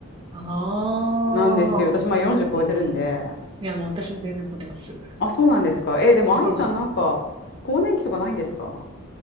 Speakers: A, on the right; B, on the left.
A: ああ
B: なんですよ。私、まあ、40超えてるんで。
A: うん。いや、もう私も全然超えてます。
B: あ、そうなんですか。えーでも、
A: あ、そうなんです。
B: アイさんなんか、更年期とかないんですか